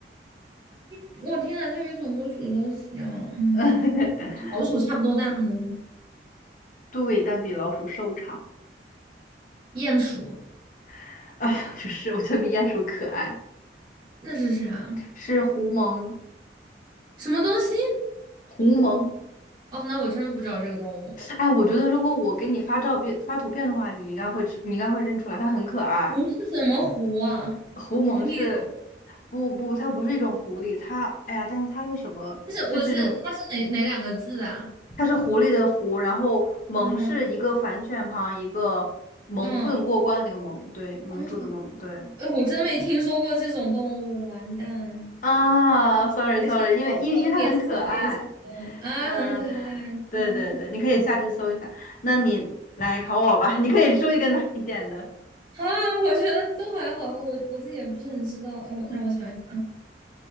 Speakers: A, on the right (about 25°); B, on the left (about 45°).
A: 比我天呐，它比土拨鼠都小，嗯。
B: <laughs>
A: 老鼠差不多大吗？
B: 对，但比老鼠瘦长。
A: 鼹鼠
B: <laughs> 哎，不是，我觉得比鼹鼠可爱。
A: 那是啥？
B: 是狐獴，
A: 什么东西？
B: 狐獴。
A: 哦，那我真不知道这个动物。
B: 哎，我觉得如果我给你发照片、发图片的话，你应该会知你应该会认出来，它很可爱。
A: 狐是什么狐啊？
B: 狐獴是，
A: 狐狸
B: 不不，它不是一种狐狸，它，哎呀，但是它是什么？
A: 不是我是它是哪哪两个字啊？
B: 就是这么，它是狐狸的狐，然后獴是一个反犬旁，
A: 嗯
B: 一个蒙混过关的那个蒙，
A: 嗯
B: 对，蒙住的蒙，
A: 嗯，
B: 对。
A: 呃我真没听说过这种动物，完蛋。
B: 啊，sorry
A: 没事，
B: sorry，因为因为因为它很可爱，
A: 我我可以搜一搜啊，
B: 嗯、
A: 很可爱，
B: 对对对，
A: 嗯。
B: 你可以下去搜一下。那你来考我吧，<laughs> 你可以说一个难一点的。
A: 好啊，我觉得都还好，我我自己也不是很知道。哦，
B: 嗯，
A: 让我想一想啊，